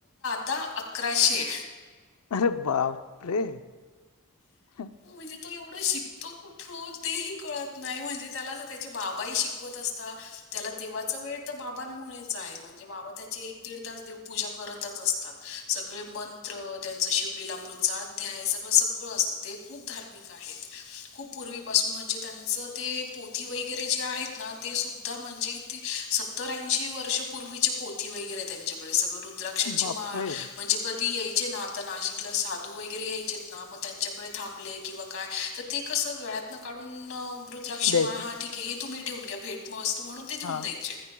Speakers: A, on the left; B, on the left.
A: दा दहा अकराशे
B: अरे बापरे हा
A: म्हणजे तो एवढं शिकतो कुठून तेही कळत नाही म्हणजे त्याला त्याचे बाबा ह शिकवत असतात त्याला देवाचा वेळ तर बाबांमुळेच आहे म्हणजे बाबा त्याची एक दीड तास देव पूजा करतच असते सगळे मंत्र त्यांच शिवलीला मृचाध्याय सगळं सगळ ते खूप धार्मिक आहेत खूप पूर्वीपासून म्हणजे त्यांचं ते पोथी वगैरे जे आहेत ना ते सुुद्धा म्हणजे इ ते स सतर ऐंशी वर्ष पूर्वीचे पोथी वगैरे त्यांच्याकडे सगळं रुद्राक्षाची
B: बापरे
A: माळ म्हणजे यायचे ना आता नाशिकला साधू वगैरे यायचे ना मग त्यांच्याकडे थांबले किंवा काय तर ते कसं वेळ्यात न काढून रुद्राक्ष
B: द्यायचे
A: माळा हाठी ी हे तुम्ही ठेवून घ्या भेट वस्तू म्हणून ते देऊन
B: हा
A: द्यायचे